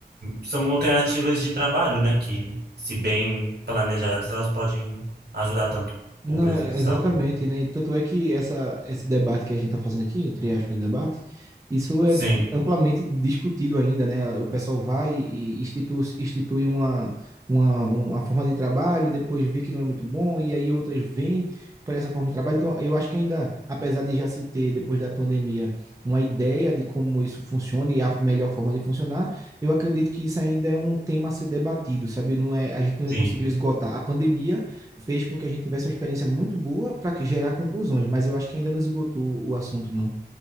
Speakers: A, on the right; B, on the right.
A: são alternativas de trabalho, né? Que, se bem planejadas, elas podem ajudar tanto
B: Não,
A: o presencial.
B: é- exatamente,
A: quanto-
B: né? E Tanto é que essa, esse debate que a gente está fazendo aqui, entre aspas, debate, isso é
A: Sim,
B: amplamente discutido ainda, né? O pessoal vai e institui, institui uma, uma, uma forma de trabalho, depois vê que não é muito bom, e aí outras vêm para essa forma de trabalho. Então, eu acho que ainda, apesar de já se ter, depois da pandemia, uma ideia de como isso funciona e a melhor forma de funcionar, eu acredito que isso ainda é um tema a ser debatido, sabe? Não é, a gente não
A: sim.
B: conseguiu esgotar. A pandemia fez com que a gente tivesse uma experiência muito boa para gerar conclusões, mas eu acho que ainda não esgotou o assunto, não.